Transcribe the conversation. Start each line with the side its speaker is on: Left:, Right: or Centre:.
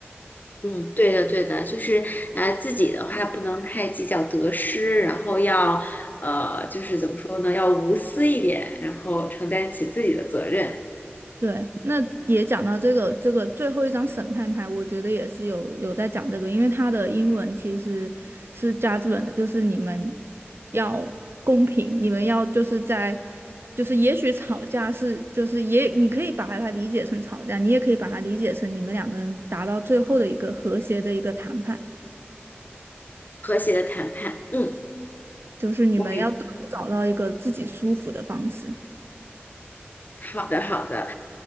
Left: 嗯，对的，对的，就是呃，自己的话不能太计较得失，然后要呃，就是怎么说呢，要无私一点，然后承担起自己的责任，
Right: 对，那也讲到这个这个最后一张审判牌，我觉得也是有有在讲这个，因为它的英文其实是 j u d 的，就是你们要公平，你们要就是在就是也许吵架是就是也你可以把它理解成吵架，你也可以把它理解成你们两个人达到最后的一个和谐的一个谈判。
Left: 和谐的谈判。嗯，
Right: 就是你们要都找到一个自己舒服的方式，
Left: 我明好的，好的，